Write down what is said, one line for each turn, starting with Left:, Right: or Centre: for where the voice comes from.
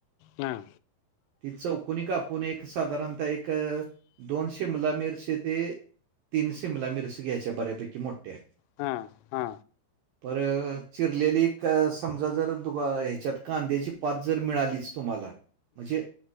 Left: ना.
Right: ति चवक कोणी कापून एक साधारणतः एक दोनशे मुला मिरचे ते. तीन शिमला मिरस घ्याच्या बऱ्यापैकी मोठ्या.
Left: हा हा.
Right: पर चिरलेली समजा जर तु ह्याच्यात कांद्याची पच जर मिळालीच. तुम्हाला म्हणजे